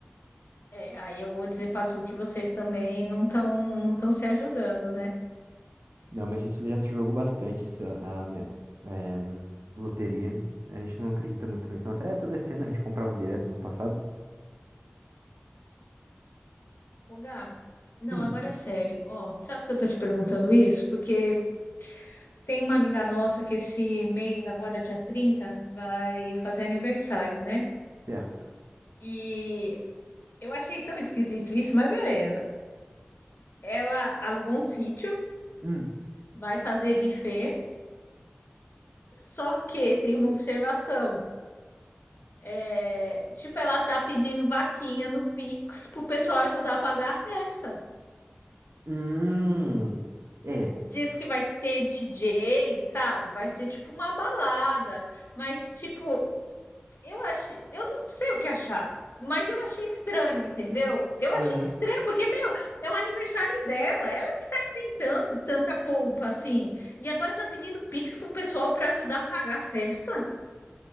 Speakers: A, on the left (about 65°); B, on the right (about 75°).
A: É, aí eu vou dizer pra tu que vocês também não estão não estão se ajudando, né?
B: Não, mas a gente já jogou bastante essa, a, me- é, loteria. A gente não acredita muito nisso. Até toda cena a gente comprava direto no passado.
A: Ô, Gá, não,
B: Hum,
A: agora é sério. Ó, sabe por que eu tô te perguntando isso? Porque tem uma amiga nossa que esse mês, agora dia 30 vai fazer aniversário, né?
B: certo.
A: E eu achei tão esquisito isso, mas beleza. Ela alugou um sítio,
B: Hum.
A: vai fazer buffet, só que tem uma observação. É, tipo, ela tá pedindo vaquinha no Pix pro pessoal ajudar a pagar a festa.
B: Hum. É.
A: Diz que vai ter DJ, sabe? Vai ser tipo uma balada, mas tipo, Eu achei, eu não sei o que achar, mas eu achei estranho, entendeu? Eu achei
B: Aham.
A: estranho, porque, meu, é o aniversário dela, ela que tá inventando tanta polpa assim, e agora tá pedindo Pix pro pessoal pra ajudar a pagar a festa.